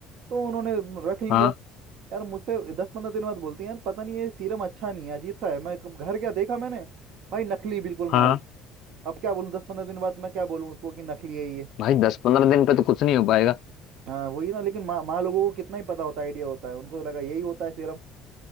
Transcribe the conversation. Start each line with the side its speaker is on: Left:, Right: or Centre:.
Right: तो उन्होंने रख लिया
Left: हाँ
Right: यार मुझसे दस पंद्रह दिन बाद बोलती हैं यार पता नहीं ये सीरम अच्छा नहीं है अजीब सा है मैं कब घर गया देखा मैंने भाई नकली बिल्कुल
Left: हाँ
Right: माल अब क्या बोलूँ दस पंद्रह दिन बाद मैं क्या बोलूँ उसको कि नकली है ये
Left: भाई दस पंद्रह दिन पे तो कुछ नहीं हो पाएगा
Right: हाँ वही ना लेकिन माँ माँ लोगों को कितना ही पता होता है आइडिया होता है उनको तो लगा यही होता है सीरम